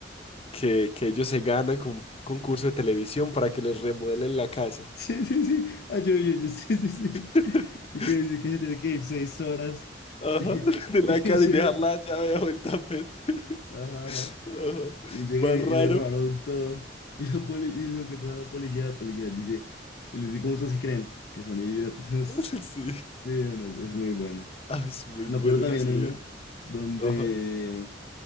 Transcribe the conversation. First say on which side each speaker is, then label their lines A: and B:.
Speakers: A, on the left; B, on the left.
A: que, que ellos se ganan con un concurso de televisión para que les remodelen la casa.
B: Sí, sí, sí. Ah, yo yo yo, <laughs> sí, sí, sí.
A: <laughs>
B: Y quiere decir que se tiene que ir seis horas.
A: Ajá,
B: Y,
A: de
B: y
A: la
B: que
A: casa
B: llegan,
A: y dejar la llave bajo el tapete.
B: ajá,
A: <laughs>
B: ajá,
A: Ajá.
B: y llegan
A: Más
B: y,
A: raro.
B: y le robaron todo. Y la poli, y se lo cuentan a la policía, la policía les dice, y les dice, ¿cómo ustedes que creen? Que son idiotas. <laughs>
A: <laughs> Sí.
B: Sí, no, no, es muy bueno.
A: Ah, es muy
B: Me
A: bueno
B: acuerdo también
A: esa
B: uno
A: idea.
B: donde,
A: Ajá.